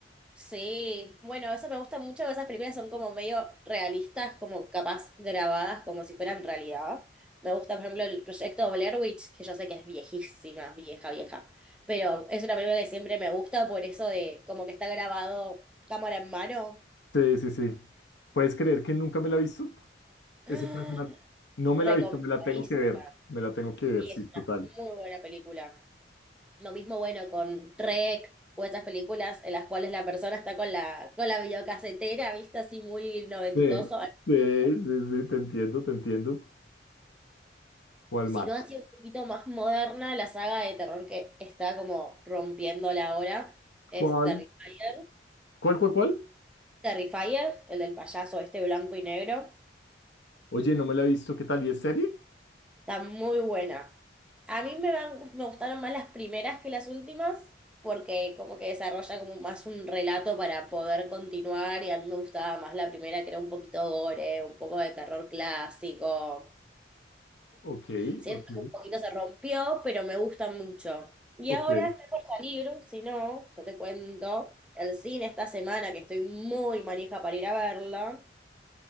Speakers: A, in the centre; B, on the left.
A: Sí, bueno, eso me gusta mucho, esas películas son como medio realistas, como capaz grabadas como si fueran realidad. Me gusta, por ejemplo, el proyecto Blair Witch, que yo sé que es viejísima, vieja, vieja, pero es una película que siempre me gusta por eso de como que está grabado cámara en mano.
B: Sí, sí, sí. ¿Puedes creer que nunca me la he visto?
A: ¡Ah!
B: Es impresionante. No me
A: Recomendadísima.
B: la he visto, me la tengo que ver, me la tengo que ver,
A: Sí,
B: sí,
A: es
B: total.
A: una muy buena película. Lo mismo, bueno, con Rec o esas películas en las cuales la persona está con la, con la videocasetera, vista así muy noventoso.
B: Sí, sí, sí, sí, te entiendo, te entiendo. ¿Cuál
A: sino
B: más?
A: así un poquito más moderna, la saga de terror que está como rompiéndola ahora es
B: ¿Cuál?
A: Terrifier.
B: ¿Cuál, cuál, cuál?
A: Terrifier, el del payaso este blanco y negro,
B: Oye, no me la he visto, ¿qué tal? ¿Y es serie?
A: está muy buena. A mí me, van- me gustaron más las primeras que las últimas, porque como que desarrolla como más un relato para poder continuar, y a mí me gustaba más la primera, que era un poquito gore, un poco de terror clásico.
B: Ok,
A: Siento
B: ok,
A: que un poquito se rompió, pero me gusta mucho. Y
B: ok.
A: ahora está por salir, si no, yo te cuento, el cine esta semana, que estoy muy manija para ir a verla,